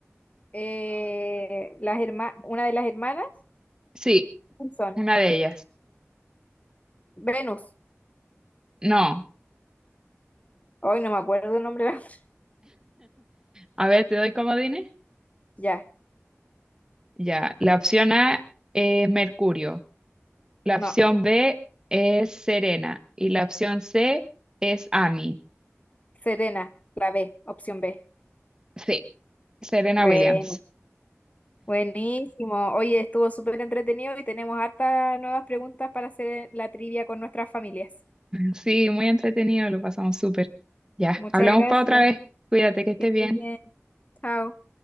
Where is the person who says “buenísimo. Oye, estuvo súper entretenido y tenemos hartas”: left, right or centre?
Left